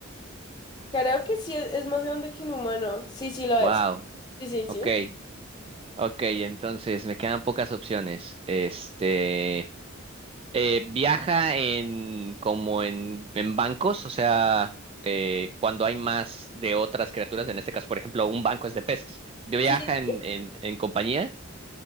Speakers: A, on the left (about 20°); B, on the right (about 25°).
A: Creo que sí es, es más grande que un humano. Sí, sí lo
B: Wow,
A: es. Sí, sí, sí.
B: ok, ok, entonces me quedan pocas opciones. Este, eh, viaja en, como en, en bancos, o sea, eh, cuando hay más de otras criaturas, en este caso, por ejemplo, un banco es de peces. Viaja
A: Sí, sí.
B: en, en, en compañía,